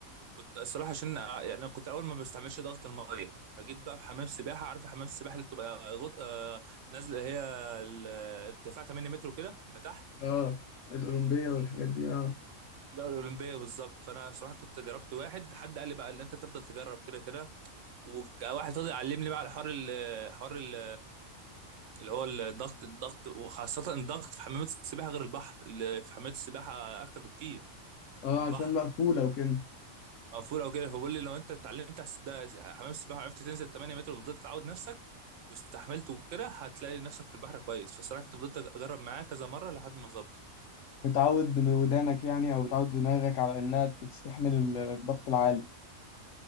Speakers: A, on the right (about 65°); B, on the left (about 70°).
A: كنت الصراحة عشان آه، يعني أنا كنت أول ما بستعملش ضغط المية فجيت بقى في حمام سباحة عارف حمام السباحة اللي بتبقى غط... آه نازلة هي ال- ارتفاع 8 متر كده لتحت
B: اه الأولمبية والحاجات دي اه
A: لا الأولمبية بالظبط فأنا صراحة كنت جربت واحد حد قال لي بقى اللي أنت تفضل تجرب كده كده وواحد فضل يعلمني بقى على حوار ال حوار ال اللي هو الضغط الضغط وخاصة الضغط في حمامات السباحة غير البحر اللي في حمامات السباحة أكتر بكتير
B: اه
A: من البحر
B: عشان مقفولة وكده
A: مقفول أو كده فبقول لي لو أنت اتعلمت على الس- ده حمام السباحة وعرفت تنزل 8 متر وفضلت تعود نفسك واستحملت وكده هتلاقي نفسك في البحر كويس فالصراحة كنت فضلت أجرب معاه كذا مرة لحد ما ظبطت
B: بتعود بودانك يعني أو بتعود دماغك على إنها تستحمل ال- الضغط العالي